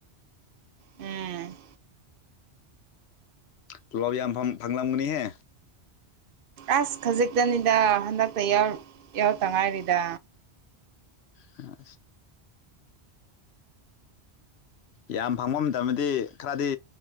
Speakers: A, on the right; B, on the left.
A: ꯎꯝ
B: ꯇꯣꯂꯣꯄ ꯌꯥꯝ ꯐꯝ-ꯐꯪꯂꯝꯒꯅꯤꯍꯦ
A: ꯑꯁ ꯈꯖꯤꯛꯇꯅꯤꯗ ꯍꯟꯗꯛꯇ ꯌꯥꯎ-ꯌꯥꯎꯔꯛꯇ ꯉꯥꯏꯔꯤꯗ
B: ꯍꯥ ꯌꯥꯝ ꯐꯪꯕ ꯃꯇꯝꯗꯗꯤ ꯈꯔꯗꯤ